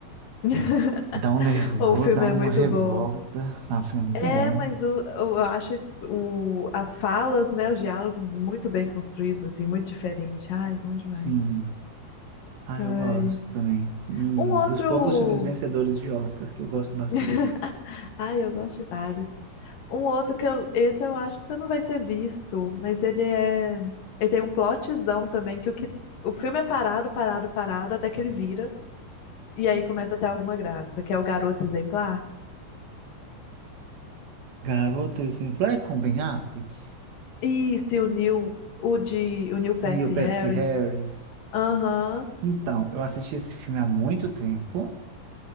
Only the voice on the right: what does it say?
Dá um nervoso,
dá uma
revolta.
Ah, foi muito
bom.
Sim. Ah,
eu gosto também. E
dos
poucos filmes vencedores de Oscar, que eu gosto bastante.
Garota Exemplar é com Ben Affleck,
Neil Patrick
Harris.
Então, eu assisti esse filme há muito tempo